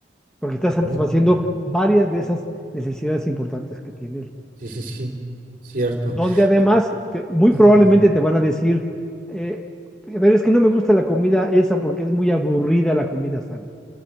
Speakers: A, in the centre; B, on the right.
A: porque está
B: no,
A: satisfaciendo
B: claro,
A: varias de esas necesidades importantes que tiene él.
B: sí, sí, sí, sí. cierto.
A: Donde además,
B: Oh,
A: te- muy
B: Ujú,
A: probablemente te van a decir, eh, a ver, es que no me gusta la comida esa porque es muy aburrida la comida sana.